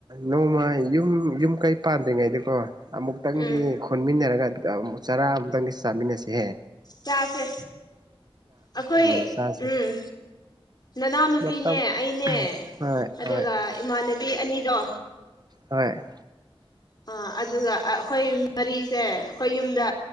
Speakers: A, on the right; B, on the left.
A: ꯅꯣꯡꯃ ꯌꯨꯝ ꯌꯨꯝ ꯀꯩ ꯄꯥꯟꯗ꯭ꯔꯤꯉꯩꯗꯤꯀꯣ ꯑꯃꯨꯛꯇꯪꯗꯤ
B: ꯎꯝ
A: ꯄꯨꯟꯃꯤꯟꯅꯔꯒ ꯑꯃ ꯆꯔꯥ ꯑꯃꯨꯛꯇꯪꯗꯤ ꯆꯥꯃꯤꯟꯅꯁꯤꯍꯦ
B: ꯆꯥꯁꯦ ꯑꯩꯈꯣꯏ
A: ꯎꯝ ꯆꯥꯁꯦ
B: ꯎꯝ ꯅꯅꯥꯎꯅꯨꯄꯤꯅꯦ
A: ꯃꯇꯝ
B: ꯑꯩꯅꯦ
A: ꯍꯣꯏ
B: ꯑꯗꯨꯒ
A: ꯍꯣꯏ
B: ꯏꯃꯥꯟꯅꯕꯤ ꯑꯅꯤꯗꯣ
A: ꯍꯣꯢ
B: ꯑ ꯑꯗꯨꯒ ꯑꯩꯈꯣꯏ ꯃꯔꯤꯁꯦ ꯑꯩꯈꯣꯏ ꯌꯨꯝꯗ